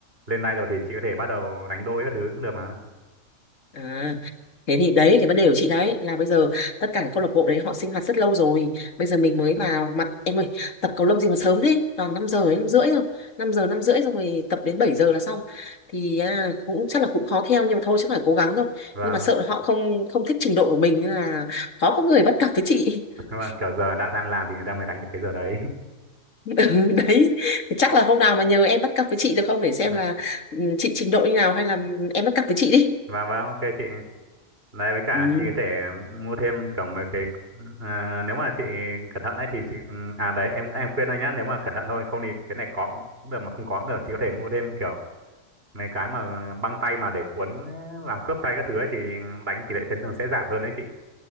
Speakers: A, on the right; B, on the left.
A: lên live rồi thì chị có thể bắt đầu đánh đôi các thứ cũng được mà.
B: à thế thì đấy cái vấn đề của chị đấy là bây giờ tất cả các câu lạc bộ đấy họ sinh hoạt rất lâu rồi bây giờ mình mới vào mặt em ơi tập cầu lông gì mà sớm thế toàn 5 giờ đến 5 rưỡi rồi 5 giờ 5 rưỡi xong rồi tập đến 7 giờ là xong thì à, cũng chắc là cũng khó theo nhưng mà thôi chứ phải cố gắng thôi
A: Vâng,
B: nhưng mà sợ là họ không không thích trình độ của mình nên là khó có người bắt cặp với chị
A: <laughs>
B: <laughs>
A: vâng, kiểu giờ đã tan làm thì người ta mới đánh được cái giờ đấy. <laughs>
B: Ừ, đấy thì chắc là hôm nào mà nhờ em bắt cặp với chị được không để xem
A: Ờ,
B: là ừ, chị trình độ như nào hay là em bắt cặp với chị đi
A: Vâng, vâng, ok chị. Đấy với cả
B: ừ
A: chị có thể mua thêm kiểu mấy cái à, nếu mà chị cẩn thận ấy thì chị à đấy em em khuyên thôi nhá, nếu mà cẩn thận thôi không thì cái này có cũng được mà không có cũng được, chị có thể mua thêm kiểu mấy cái mà ờ, băng tay mà để cuốn làm khớp tay các thứ ấy thì đánh tỷ lệ chấn thương sẽ giảm hơn đấy chị